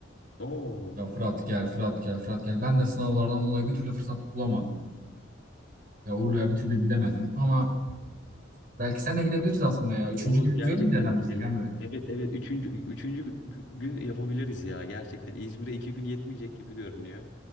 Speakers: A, on the left; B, on the right.
A: Oo.
B: Ya Fırat gel, Fırat gel, Fırat gel. Ben de sınavlardan dolayı bir türlü fırsat bulamadım. Ya Urla'ya bir türlü gidemedim ama belki seninle gidebiliriz aslında ya. Üçüncü
A: Olur
B: günümüzü
A: gerçekten
B: öyle mi değerlendirsek
A: gidelim.
B: Emre?
A: Evet evet üçüncü, üçüncü gün yapabiliriz ya gerçekten İzmir'e iki gün yetmeyecek gibi görünüyor.